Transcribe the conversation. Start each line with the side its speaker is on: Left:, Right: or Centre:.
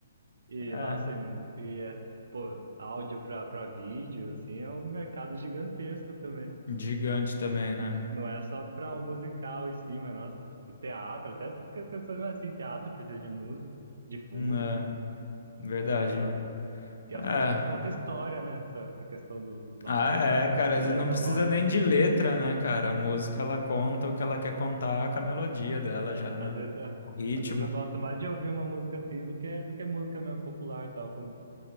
Right: E,
Left: É,
Right: nossa, e, e é, pô, áudio pra, pra vídeo, assim, é um mercado gigantesco também.
Left: gigante também, né?
Right: Não é só pra o musical em si, mas, nossa, tipo, teatro, até que- questões mais assim, teatro precisa de música, de fundo,
Left: É, né? Verdade,
Right: e,
Left: mano.
Right: e as
Left: É.
Right: músicas contam história, né? Essa, essa questão do, dos á-
Left: Ah,
Right: das
Left: é,
Right: músicas,
Left: cara,
Right: trilha
Left: não
Right: sonora,
Left: precisa nem
Right: assim.
Left: de letra, né, cara? A música ela conta o que ela quer contar com a melodia dela já, né?
Right: Às vezes, é,
Left: O ritmo.
Right: às vezes eu gosto mais de ouvir uma música assim do que, do que música mesmo popular, tal, com,